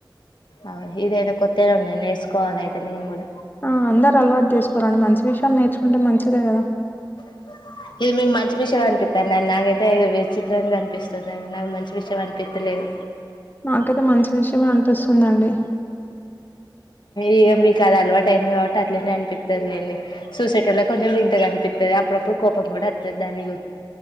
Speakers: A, on the left; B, on the left.
A: అవు ఇదైనా కొత్త్తేలో ఉన్నా నేర్చుకోవాలి అయితే నేను కూడ
B: ఆ అందరు అలవాటు చేసుకోరండి మంచి విషయాలు నేర్చుకుంటే మంచిదే కదా
A: <unintelligible> మంచి విషయం అనుపితా <unintelligible> విచిత్రంగా కనిపిస్తుంది అండి నాకు మంచి విషయం అనిపించలేదు
B: నాకైతే మంచి విషయమే అనిపిస్తుందండి
A: ఇక మీకు అది అలవాటు అయింది కాబట్టి అట్లనే అనిపి లేండి సూసేట్ వల్ల కొంచెం వింతగా కనిపిస్తుంది అప్పుడప్పుడు కోపం కూడా వస్తుంది దానికి గు